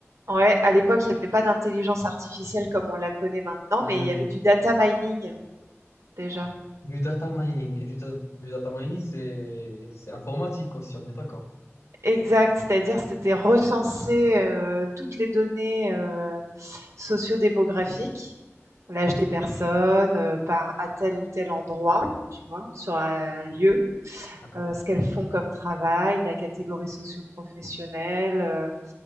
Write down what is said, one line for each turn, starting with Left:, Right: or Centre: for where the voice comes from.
Right: ouais, à l'époque, il n'y avait pas d'intelligence artificielle comme on la connaît maintenant,
Left: Hmm.
Right: mais il y avait du data mining, déjà.
Left: Du data mining. Et du, ta- du data mining, c'est, c'est informatique aussi, on est d'accord.
Right: Exact, c'est-à-dire c'était recenser, heu, toutes les données, heu, sociodémographiques, l'âge des personnes, heu, par à tel ou tel endroit, tu vois? Sur un lieu,
Left: D'accord.
Right: heu, ce qu'elles font comme travail, la catégorie socio-professionnelle, heu,